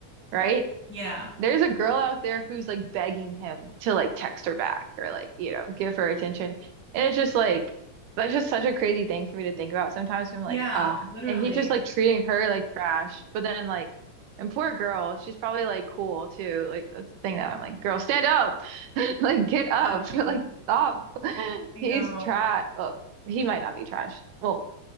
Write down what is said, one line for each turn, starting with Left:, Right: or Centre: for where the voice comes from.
Right: right?
Centre: Yeah.
Right: There's a girl out there who's like begging him to like text her back or like, you know, give her attention. And it's just like that's just such a crazy thing for me to think about sometimes. 'cause I'm like,
Centre: Yeah,
Right: ah,
Centre: literally.
Right: and he's just like treating her like trash. But then like and poor girl, she's probably like cool too. Like that's the thing that I'm like, girl, stand up. <laughs> Like get
Centre: Exactly.
Right: up. <laughs> Like stop. <laughs>
Centre: I
Right: He's
Centre: know.
Right: trash. Well, he might not be trash. Well,